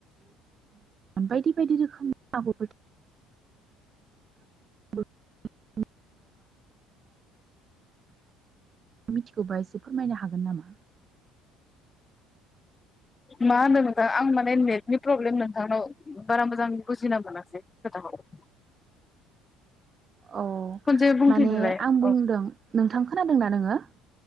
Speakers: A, on the right; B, on the left.
A: बायदि बायदि रोखोमनि <unintelligible> <unintelligible> मिथिगौबा एसे फोरमायनो हागोन नामा?
B: मा होनदों नोंथां आं माने नेटनि प्रब्लेम नोंथांनाव बारा मोजां बुजिना मोनासै खोथाखौ?
A: औ
B: खनसे बुंफिनलाय
A: माने आं बुंदों
B: औ
A: नोंथां खोनादोंना नोङो?